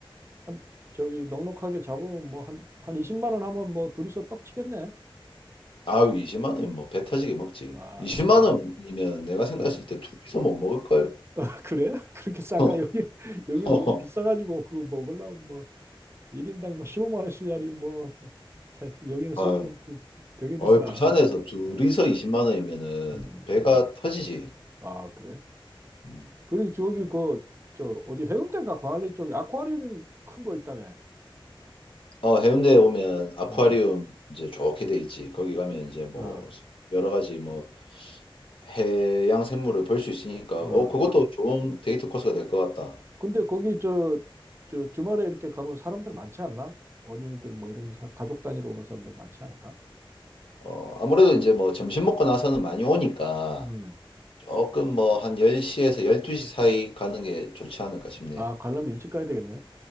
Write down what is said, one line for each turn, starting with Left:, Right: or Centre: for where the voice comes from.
Right: 한, 저기, 넉넉하게 잡으면 뭐, 한, 한 20만 원 하면 뭐, 둘이서 떡 치겠네.
Left: 아유 20만 원 뭐배 터지게 먹지.
Right: 아,
Left: 20만
Right: 그래.
Left: 원이면 내가 생각했을
Right: 어.
Left: 때 둘이서 못 먹을 걸?
Right: <laughs> 그래? 그렇게 싼가?
Left: 어. <laughs>
Right: 여기, 여기는
Left: 어.
Right: 너무 비싸가지고, 그거 먹으려면 뭐, 1인당 뭐, 15만 원짜리 뭐, 뭐 자, 여기는 서울은
Left: 아유,
Right: 되- 되게
Left: 어이,
Right: 비싸.
Left: 부산에서
Right: 그게.
Left: 둘이서
Right: 네.
Left: 20만 원이면은
Right: 음,
Left: 배가
Right: 음.
Left: 터지지.
Right: 아, 그래?
Left: 음.
Right: 그리고 저기, 그, 저, 어디 해운대인가 광안리 쪽에 아쿠아리움 큰 거 있다며.
Left: 어, 해운대에 오면 아쿠아리움
Right: 어,
Left: 이제 좋게 돼 있지. 거기 가면 이제 뭐
Right: 어.
Left: 여러 가지 뭐 해양 생물을 볼 수 있으니까
Right: 어,
Left: 어,
Right: 어.
Left: 그것도 좋은 데이트 코스가 될 것 같다.
Right: 근데 거기 저, 저 주말에 이렇게 가면 사람들 많지 않나? 어린이들 뭐 이런 사- 가족 단위로 오는 사람들 많지 않을까?
Left: 어, 아무래도 이제 뭐 점심 먹고 나서는 많이 오니까
Right: 음.
Left: 조금 뭐 한 10시에서 12시 사이 가는 게 좋지 않을까 싶네.
Right: 아, 가려면 일찍 가야 되겠네.